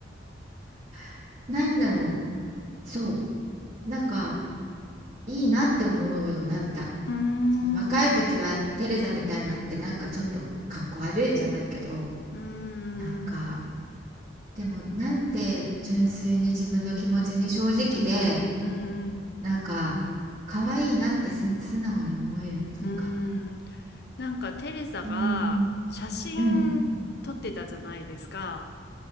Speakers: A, on the right; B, on the left.
A: <laughs> なんだろうそうなんかいいなって思うようになった
B: うーん、
A: その若い時はテレザみたいになってなんかちょっとかっこ悪いじゃないけど
B: うーん、
A: なんかでもなんて純粋に自分の気持ちに正直で
B: うんうん、
A: なんか可愛いなってす素直に思えるっていうか
B: うーん、なんかテレサが写真撮ってたじゃないですか。
A: うーんうん